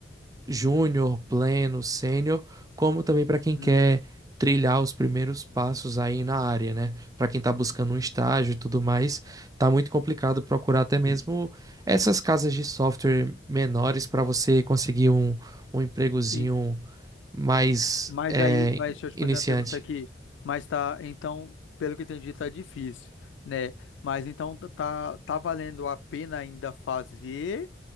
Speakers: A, on the right (about 20°); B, on the left (about 80°).
A: júnior, pleno, sênior, como também para quem
B: Uhum.
A: quer trilhar os primeiros passos aí na área, né? Para quem está buscando um estágio e tudo mais, tá muito complicado procurar até mesmo essas casas de software menores para você conseguir um, um empregozinho
B: E,
A: mais
B: Mas
A: é,
B: aí, mas deixa eu te
A: iniciante.
B: fazer uma pergunta aqui. Mas tá, então, pelo que eu entendi, tá difícil, né? Mas então tá, tá valendo a pena ainda fazer